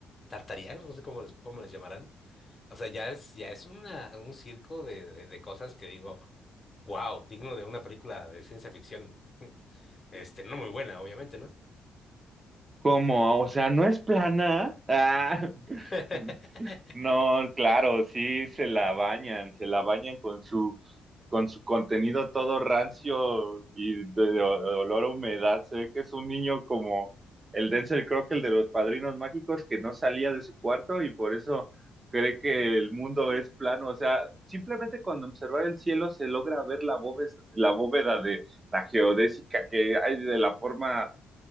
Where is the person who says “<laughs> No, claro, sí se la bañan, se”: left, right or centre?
Right